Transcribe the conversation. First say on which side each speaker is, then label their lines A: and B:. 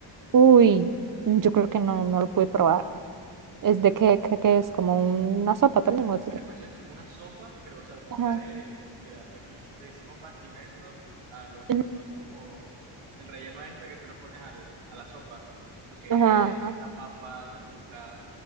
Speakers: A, on the right (about 45°); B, on the right (about 85°).
A: Uy, yo creo que no, no lo pude probar. Es de que, que, que es como una sopa
B: El,
A: también,
B: san-
A: o etcétera.
B: el sancocho es como una sopa, pero, o sea,
A: Ajá.
B: trae, mira, aquí le decimos bastimento a lo
A: ujú,
B: que son como el relleno extra que tú le pones al, a la sopa, lo que
A: Ajá.
B: es la papa, la yuca,